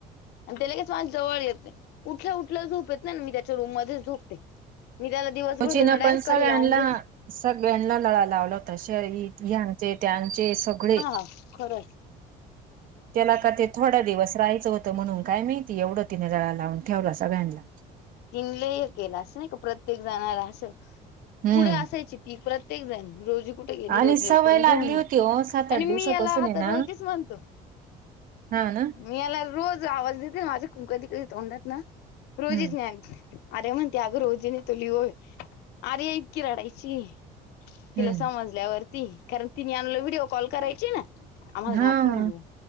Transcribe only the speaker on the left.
अन ते लगेच माझ्या जवळ येत. उठल्या उठल्या झोपेतन येते ना. मी त्याच्या रूम मध्येच झोपते. मी त्याला दिवस
भरेना. डायरेक्ट
कडी लावून घेते.
ह खरंय.
तिने लई हे केलं अस नाही का. प्रत्येक जणाला असं.
कुढ असायची ती. प्रत् प्रत्येक जन रोज कुठे गेली
रोजी
इकडून
घेऊन या.
आणि
मी याला आता
रोजीच म्हणतो.
मी याला रोज आवाज देते ना. ते माझा कुन कधी कधी तोंडात ना रोजी
नाहीयेते. आर्या म्हणते अगं रोजी नही तो लीओय. आर्या इतकी रडायची. तिला
समजल्यावरती. कारण तिने आणलं व्हिडिओ कॉल करायची ना. आम्हाला
दाखव ना ग